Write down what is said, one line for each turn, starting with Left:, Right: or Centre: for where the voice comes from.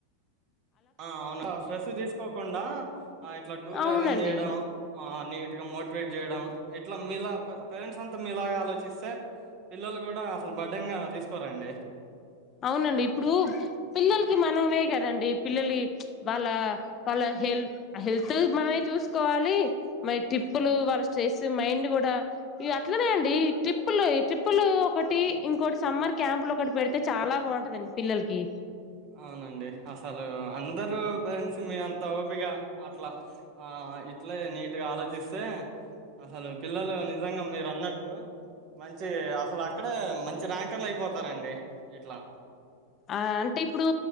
Right: ఆ అవును స్ట్రెస్ తీసుకోకుండా. ఆ ఇట్లా టూర్
Left: అవునండి
Right: అరేంజ్ చేయడం. నీట్ గా మోటివేట్ చేయడం ఇట్లా మీలా పేరెంట్స్ అంతా మీలాగా ఆలోచిస్తే. పిల్లలు కూడా అసలు బర్డైన్గా తీసుకోరండి.
Left: అవునండి ఇప్పుడు పిల్లలకి మనమే కదండి పిల్లలి వాళ్ళ వాళ్ళ హెల్ హెల్త్ మనమే చూసుకోవాలి. మరి ట్రిప్పులు వాళ్ళ స్ట్రెస్ మైండ్ కూడా. ఇగా అట్లనే అండి ట్రిప్పుల్లే, ట్రిప్పులు ఒకటి ఇంకోటి సమ్మర్ క్యాంపులు ఒకటి పెడితే. చాలా బాగుంటదండి పిల్లలకి.
Right: అవునండి అసలు అందరుూ పేరెంట్స్ మీ అం త ఓపిగా అట్లా. ఆ ఇట్లే నీట్గా ఆలోచిస్తే అసలు పిల్లలు నిజంగా మీరు అన్నట్టు. మంచి అసలు అక్కడే మంచి ర్యాంకర్లు అయిపోతారంండి. ఇట్లా
Left: ఆ అంటే ఇప్పుడు